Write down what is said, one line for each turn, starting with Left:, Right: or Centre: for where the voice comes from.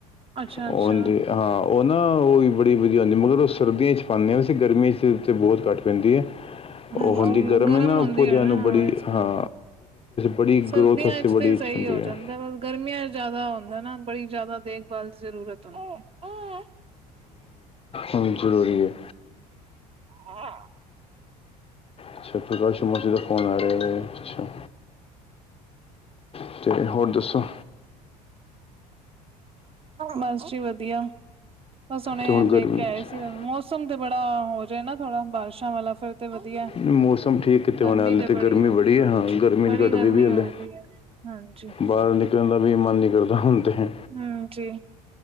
Right: ਅੱਛਾ-ਅੱਛਾ।
Left: ਉਹਦੀ ਹਾਂ ਉਹ ਨਾ ਉਹ ਵੀ ਬੜੀ ਵਧੀਆ ਹੁੰਦੀ, ਮਗਰ ਉਹ ਸਰਦੀਆਂ ਚ ਪਾਉਂਦੇ ਹਾਂ ਅਸੀਂ ਗਰਮੀ ਇਸ ਉੱਤੇ ਬਹੁਤ ਘੱਟ ਪੈਂਦੀ ਹੈ
Right: ਹਾਂਜੀ
Left: ਉਹ ਹੁੰਦੀ ਗਰਮ ਹੈ ਨਾ
Right: ਹੁੰਦੀ
Left: ਭੋਜਿਆਂ
Right: ਹੈ ਨਾ
Left: ਨੂੰ
Right: ਹਾਂ
Left: ਬੜੀ
Right: ਇਸ ਕਰਕੇ
Left: ਹਾ ਬੜੀ
Right: ਸਰਦੀਆਂ
Left: ਗਰੋਥ ਬੜੀ
Right: ਤੇ ਸਹੀ
Left: ਅੱਛੀ ਹੁੰਦੀ
Right: ਹੋ
Left: ਹੈ
Right: ਜਾਂਦਾ ਬ ਗਰਮੀਆਂ ਜ਼ਿਆਦਾ ਹੁੰਦਾ ਨਾ ਬੜੀ ਜਿਆਦਾ ਦੇਖਭਾਲ ਦੀ ਜ਼ਰੂਰਤ ਹੁੰਦੀ ਆ
Left: ਹੋਹੁ ਜ਼ਰੂਰੀ ਹੈ
Right: ਹਾਂ
Left: ਅੱਛਾ ਕ ਮਜ ਦਾ ਫੋਨ ਆ ਰਿਹਾ ਅੱਛਾ ਅਤੇ ਹੋਰ ਦੱਸੋ
Right: ਬਸ ਜੀ ਵਧੀਆ ਬਸ ਉਹਨੇ
Left: ਤੇ ਹੁਣ ਗਰਮੀ
Right: ਦੇਖ ਕੇ ਆਏ
Left: ਚ-
Right: ਸੀ ਮੌਸਮ ਤੇ ਬੜਾ ਹੋ ਜਾਏ ਨਾ ਥੋੜਾ ਬਾਰਿਸ਼ਾਂ ਵਾਲਾ ਫੇਿਰ ਤੇ ਵਧੀਆ
Left: ਮੌਸਮ ਠੀਕ ਕਿਤੇ
Right: ਗਰਮੀ
Left: ਹੋਣ ਹਾਲੇ
Right: ਤੇ ਬੜੀ
Left: ਗਰਮੀ
Right: ਹੈ
Left: ਹਾਂ ਗਰਮੀ
Right: ਬੜੀ
Left: ਨਹੀਂ ਘਟਦੀ
Right: ਗਰਮੀ
Left: ਵੀ ਹਲੇ
Right: ਹੋਏਗੀ ਹੈ ਹਾਂਜੀ,
Left: ਬਾਹਰ ਨਿਕਲਣ ਦਾ ਵੀ ਮਨ ਨਹੀਂ ਕਰਦਾ ਹੁੰਦੇ ਤੇ
Right: ਹਮ ਜੀ